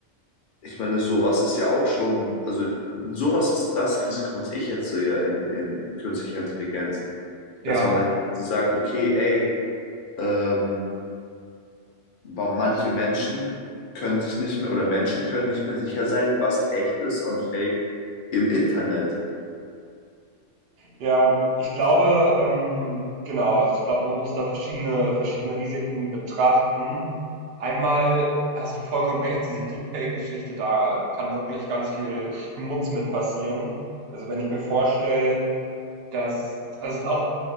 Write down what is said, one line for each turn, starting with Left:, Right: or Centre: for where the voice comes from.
Left: Ich meine, sowas ist ja auch schon, also sowas ist das Risiko, was ich jetzt sehe in, in künstlicher Intelligenz dass
Right: Ja.
Left: man dann quasi sagt, okay, ey, ähm, boah, manche Menschen können sich nicht mehr oder Menschen können nicht mehr sicher sein, was echt ist und fake im Internet.
Right: Ja, ich glaube, ähm, genau, also ich glaube, man muss da verschiedene verschiedene Risiken betrachten. Einmal hast du vollkommen recht, diese Deepfake-Geschichte, da kann wirklich ganz viel Schmutz mit passieren. Also wenn ich mir vorstelle, dass also es ist auch